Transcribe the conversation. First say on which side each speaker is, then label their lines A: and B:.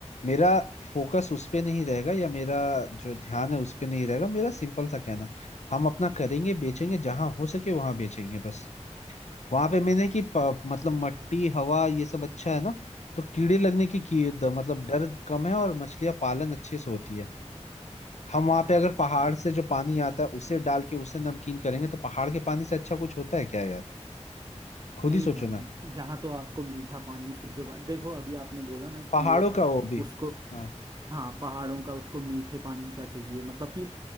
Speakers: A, on the left; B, on the right.
A: मेरा फोकस उस पे नहीं रहेगा या मेरा जो ध्यान है उस पे नहीं रहेगा मेरा सिंपल सा कहना है हम अपना करेंगे बेचेंगे जहां हो सके वहां बेचेंगे बस वहां पे मैंने कि प- मतलब मट्टी हवा ये सब अच्छा है ना तो कीड़े लगने की, की द- मतलब डर कम है और मछलियां पालन अच्छे से होती है हम वहां पे अगर पहाड़ से जो पानी आता है उसे डाल के उसे नमकीन करेंगे तो पहाड़ के पानी से अच्छा कुछ होता है क्या यार खुद
B: नहीं
A: ही सोचो
B: भाई
A: ना
B: यहाँ तो आपको मीठा पानी शुद्ध पानी देखो अभी आपने बोला ना
A: पहाड़ों
B: कि वो
A: का वो भी
B: उसको
A: हाँ
B: हाँ पहाड़ों का उसको मीठे पानी का चाहिए मतलब कि